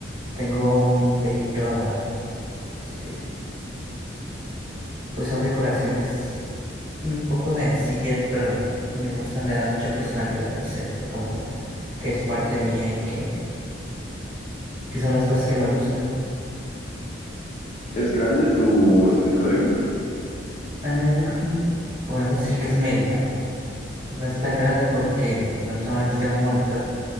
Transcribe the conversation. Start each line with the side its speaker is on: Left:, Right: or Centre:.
Right: tengo un Baby Yoda. Este, pues son decoraciones un poco sencillas, pero me gustan, le dan mucha personalidad a mi ser, como que es parte mía y que, que son las cosas que me gustan.
Left: ¿Es grande tu escritorio?
Right: Ah, yo creo que podremos decir que es mediano. No es tan grande porque, bueno, solamente tengo un monitor,